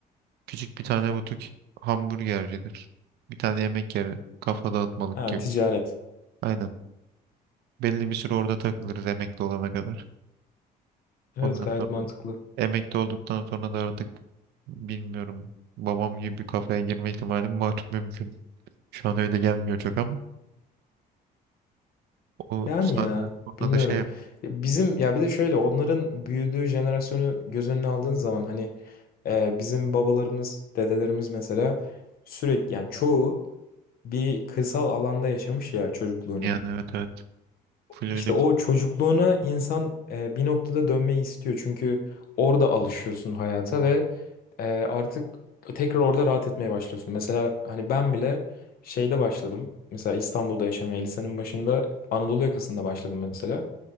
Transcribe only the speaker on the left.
Ha
ticaret.
Evet
gayet
mantıklı.
Yani
ya
bilmiyorum.
Ya Bizim ya bir de şöyle onların büyüdüğü jenerasyonu göz önüne aldığın zaman hani e, bizim babalarımız, dedelerimiz mesela sürekli yani çoğu bir kırsal alanda yaşamış ya çocukluğunu.
İşte o
çocukluğuna insan e, bir noktada dönmeyi istiyor. Çünkü orada alışıyorsun hayata ve ee, artık tekrar orada rahat etmeye başlıyorsun. Mesela hani ben bile şeyde başladım. Mesela İstanbul'da yaşamaya lisenin başında Anadolu yakasında başladım mesela.